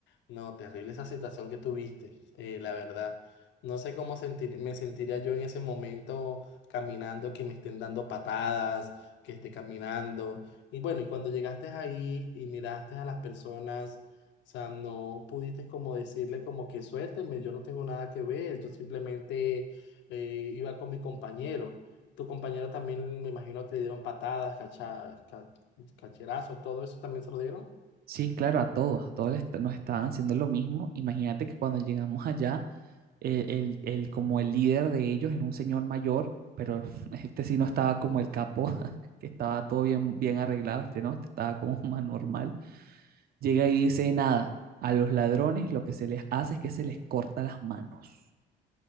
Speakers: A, on the left; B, on the right.
A: No, terrible esa situación que tuviste, eh, la verdad. No sé cómo sentir, me sentiría yo en ese momento caminando, que me estén dando patadas, que esté caminando. Y bueno, y cuando llegaste ahí y miraste a las personas, o sea, no pudiste como decirle como que suélteme, yo no tengo nada que ver, yo simplemente eh, iba con mi compañero. Tu compañero también me imagino que le dieron patadas, cacha- ca- cacherazos, todo eso también se lo dieron.
B: Sí, claro, a todos, a todos les- nos estaban haciendo lo mismo. Imagínate que cuando llegamos allá el, el- el- como el líder de ellos era un señor mayor, pero <laughs> este sí no estaba como el capo, <laughs> que estaba todo bien, bien arreglado, este no, este estaba como <laughs> más normal. Llega y dice, nada, a los ladrones lo que se les hace es que se les corta las manos.